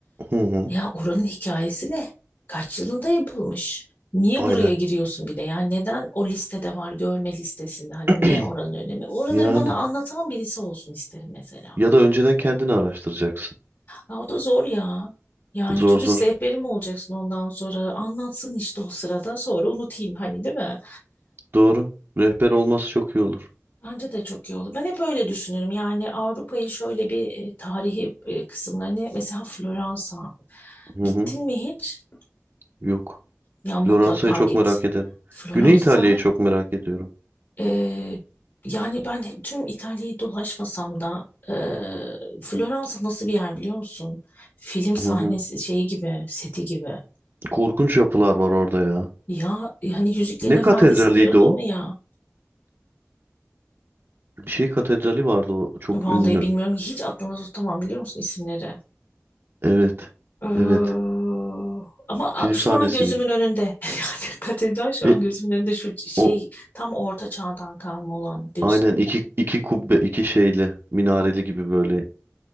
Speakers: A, on the right; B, on the left.
A: Hı hı.
B: Ya oranın hikayesi ne? Kaç yılında yapılmış? Niye
A: Aynen.
B: buraya giriyorsun bir de? Yani neden o listede var görme listesinde? Hani
A: <clears throat>
B: ne oranın önemi? Oraları
A: Yani
B: bana anlatan birisi olsun isterim mesela.
A: ya da önceden kendini araştıracaksın.
B: Ya o da zor ya. Yani
A: Zor
B: turist
A: zor.
B: rehberi mi olacaksın ondan sonra? Anlatsın işte o sırada sonra unutayım hani değil mi?
A: Doğru. Rehber olması çok iyi olur.
B: Bence de çok iyi olur. Ben hep öyle düşünürüm. Yani Avrupa'yı şöyle bir e, tarihi e, kısımlarını mesela Floransa.
A: Hı
B: Gittin
A: hı.
B: mi hiç?
A: Yok.
B: Ya mutlaka
A: Floransa'yı çok
B: git.
A: merak ederim.
B: Floransa
A: Güney İtalya'yı çok merak ediyorum.
B: e, yani ben tüm İtalya'yı dolaşmasam da e, Floransa nasıl bir yer biliyor musun? Film sahnesi
A: Hı hı.
B: şeyi gibi, seti gibi.
A: Korkunç yapılar var orada ya.
B: Ya e, hani Yüzüklerin
A: Ne
B: Efendisi
A: katedraliydi
B: diyordun
A: o?
B: ya.
A: Bir şey katedrali vardı o çok
B: Vallahi
A: ünlü.
B: bilmiyorum. Hiç aklımda tutamam biliyor musun isimleri?
A: Evet.
B: Ee,
A: Evet.
B: ama a-
A: Film
B: şu
A: sahnesi
B: an gözümün
A: gibi.
B: önünde. <laughs> Yani katedral şu
A: E,
B: an gözümün önünde şu şey
A: o
B: tam orta çağdan kalma olan diyorsun.
A: aynen iki iki kubbe iki şeyli minareli gibi böyle